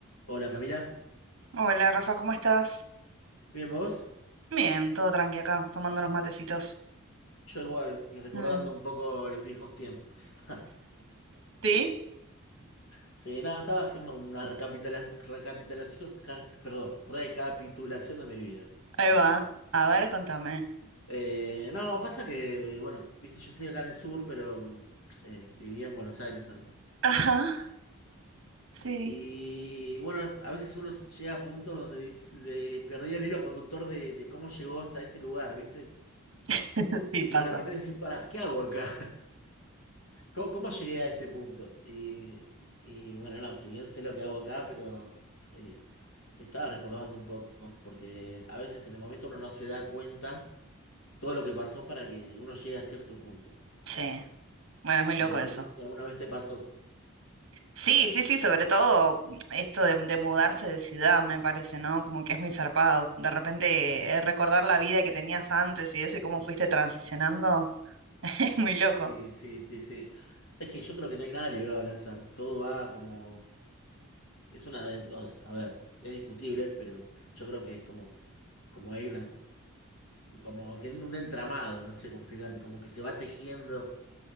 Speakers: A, on the left; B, on the right.
A: Hola Camila,
B: Hola Rafa, ¿cómo estás?
A: ¿bien vos?
B: Bien, todo tranqui acá, tomando unos matecitos.
A: Yo igual, y recordando
B: Mm,
A: un poco los viejos tiempos. <laughs>
B: Sí,
A: Sí, nada, estaba haciendo una recapitula- recapitulación, ca- perdón, recapitulación de mi vida, un
B: ahí
A: poco.
B: va. A ver, contame.
A: Eh, no, pasa que, eh, bueno, viste, yo estoy acá en el sur, pero mm, eh, vivía en Buenos Aires antes.
B: Ajá, sí,
A: Y bueno, a veces uno llega a puntos donde dice, de- perdió el hilo conductor de, de cómo llegó hasta ese lugar, ¿viste?
B: <laughs> sí
A: Y
B: pasa.
A: de repente decís, pará, ¿qué hago acá? ¿Cómo, cómo llegué a este punto? Y, y bueno, no, si bien sé lo que hago acá, pero eh, estaba recordando un poco, porque a veces en el momento uno no se da cuenta todo lo que pasó para que uno llegue a cierto punto.
B: Sí, bueno, es muy
A: Eh,
B: loco eso.
A: no sé si alguna vez te pasó.
B: Sí, sí, sí, sobre todo mm, esto de, de mudarse de ciudad, me parece, ¿no? Como que es muy zarpado. De repente eh, recordar la vida que tenías antes y eso y cómo fuiste transicionando, <laughs> es muy loco.
A: Sí, sí, sí, sí. Es que yo creo que no hay nada librado al azar. Todo va como... Es una... o- A ver, es discutible, pero yo creo que es como... Como hay una... Como que en un entramado, no sé cómo explicarte, como que se va tejiendo.